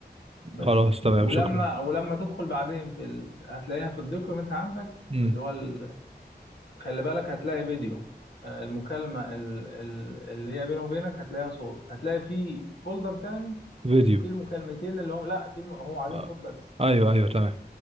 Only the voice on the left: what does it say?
بس
ولما
ولما تدخل بعدين في ال... هتلاقيها في الدوكيومنت عندك
اللي هو ال... خلي بالك هتلاقي فيديو آه، المكالمة ال... ال... اللي هي بينه وبينك هتلاقيها صوت هتلاقي في فولدر تاني
في المكالمتين اللي هم لا في الم... هم قاعدين
صوت بس